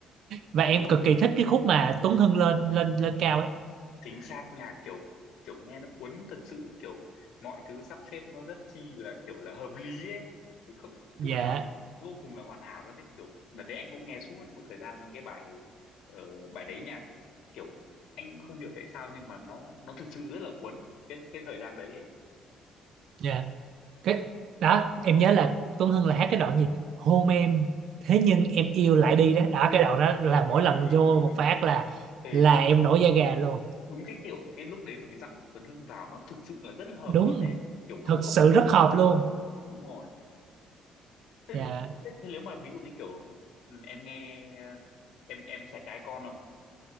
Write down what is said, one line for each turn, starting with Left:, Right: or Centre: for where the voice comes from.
Right: Và
Left: đúng
Right: em
Left: rồi
Right: cực kỳ thích cái khúc mà Tuấn Hưng lên lên lên cao ấy.
Left: chính xác nhạc kiểu kiểu nghe nó cuốn thật sự kiểu mọi thứ sắp xếp nó rất chi là kiểu là hợp lý ấy không
Right: Dạ.
Left: tức là nó vô cùng là hoàn hảo luôn đấy kiểu đợt đấy anh cũng nghe suốt một thời gian cái bài ờ, bài đấy nha kiểu anh không hiểu tại sao nhưng mà nó nó thực sự rất là cuốn cái cái thời gian đấy ấy.
Right: Dạ. cái đó em nhớ là Tuấn Hưng là hát cái đoạn gì hôn em thế nhưng em yêu lại đi đó đó cái đoạn đó
Left: đúng
Right: là mỗi
Left: đúng
Right: lần
Left: đúng đúng
Right: vô
Left: đúng đúng
Right: một
Left: đúng
Right: phát
Left: đúng
Right: là
Left: thì
Right: là em nổi da gà luôn
Left: đúng cái kiểu cái lúc đấy mà cái giọng Tuấn Hưng vào nó thực sự là rất là hợp
Right: đúng
Left: luôn ấy kiểu không
Right: thực
Left: có
Right: sự
Left: một ai
Right: rất hợp
Left: khác
Right: luôn
Left: luôn đúng rồi thế,
Right: dạ
Left: thế, thế nếu mà ví dụ như kiểu ừ, em nghe em em phải trai con không